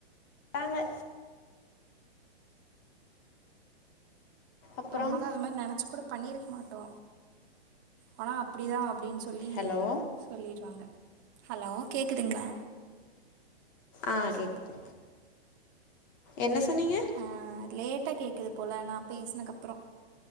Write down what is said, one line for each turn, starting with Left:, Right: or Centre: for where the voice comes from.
Left: டாங்க அப்புறம்
Right: நம்மளு அது மாரி நெனச்சி கூட பண்ணிருக்க மாட்டோ ஆனா அப்டிதா அப்டின் சொ சொல்லி
Left: ஹலோ
Right: சொல்லிருவாங்க ஹலோ கேக்குதுங்களா
Left: ஆ கேக்குது என்ன சொன்னீங்க
Right: அ லேட்டா கேக்குது போல நா பேசுனக்கப்புற